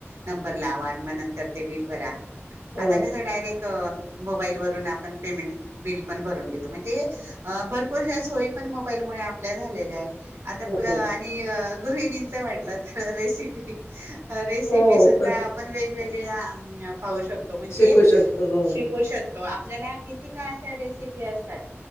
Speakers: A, on the right; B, on the left.
A: नंबर लावा आणि म नंतर ते बिल भरा.
B: हा
A: आता कसं डायरेक्ट क मोबाईल वरून आप पेमेंट बिल पण भरून घेतो म्हणजे भरपूर हया सोई पण मोबाईल मुळे आपल्या झालेल्या हाय आता
B: हो
A: प्र आणि गृहिणीनंच म्हंटलं त रेसिपी अ रेसिप
B: हो
A: पी सुद्धा आपण वेगवेगळ्या अं पाहू शकतो म्हणजे
B: शिकू शकतो हो
A: शिकू शक तो. आपल्याला किती का अशा रेसिपी असतात.